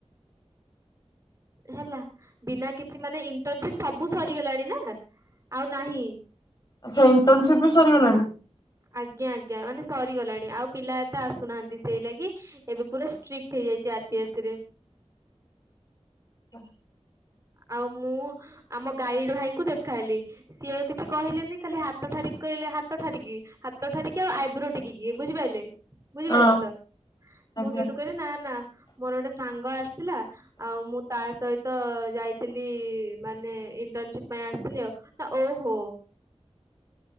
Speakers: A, on the right (about 30°); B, on the left (about 35°).
A: ହେଲା ବିନା କିଛି ମାନେ ଇଣ୍ଟରନସିପ ସବୁ ସରିଗଲାଣି ନା ଆଉ ନାହିଁ।
B: ଆଚ୍ଛା ଇଣ୍ଟନସିପ ବି ସରିଗଲାଣି।
A: ଆଜ୍ଞା ଆଜ୍ଞା ମାନେ ସରିଗଲାଣି ଆଉ ପିଲା ଏତେ ଆସୁନାହାନ୍ତି ସେଇ ଲାଗି ଏବେ ପୁରା ଷ୍ଟ୍ରିକ୍ଟ ହେଇଯାଇଛି ଆର ପି ଆରସି ରେ।
B: <inaudible>
A: ଆଉ ମୁଁ ଆମ ଗାଇଡ ଭାଇଙ୍କୁ ଦେଖାହେଲି। ସିଏ ଆଉ କିଛି କହିଲେନି ଖାଲି ହାତ ଠାରି କହିଲେ ହାତ ଠାରିକି ହାତ ଠାରିକି ଆଉ ଆଇବ୍ରୋ ଟେକିକି ବୁଝିପାରିଲେ ବୁଝିପାଇଲେ
B: ହଁ
A: ତ
B: ଆଜ୍ଞା।
A: ମୁଁ ସେଠୁ କହିଲି ନା ନା ମୋର ଗୋଟେ ସାଙ୍ଗ ଆସିଥିଲା ଆଉ ମୁଁ ତା ସହିତ ଯାଇଥିଲି ମାନେ ଇଣ୍ଟର୍ନସିପ ପାଇଁ ଆସିଥିଲି ଆଉ। ନା ଓହୋ।